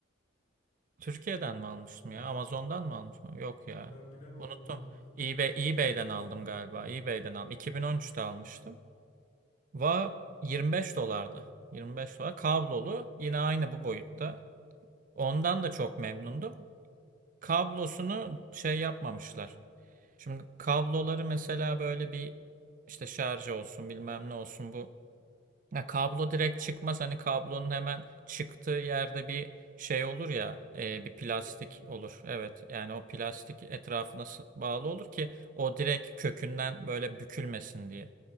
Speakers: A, on the right; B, on the left.
A: Türkiye'den mi almıştım ya? Amazon'dan mı almıştım? Yok ya.
B: Ben bilemem
A: Unuttum.
B: onları. <laughs>
A: eBay,
B: Sen
A: eBay'den
B: bilirsin.
A: aldım galiba. eBay'den aldım. 2013'te
B: Hmm,
A: almıştım. Va 25 dolardı. 25 dolar. Kablolu. Yine aynı bu boyutta. Ondan da çok memnundum. Kablosunu şey yapmamışlar. Şimdi kabloları mesela böyle bir işte şarj olsun bilmem ne olsun bu. Ya kablo direkt çıkmaz. Hani kablonun hemen çıktığı yerde bir şey olur ya e, bir plastik
B: evet.
A: olur. Evet yani o plastik etrafına s- bağlı olur ki o direkt kökünden böyle bükülmesin diye.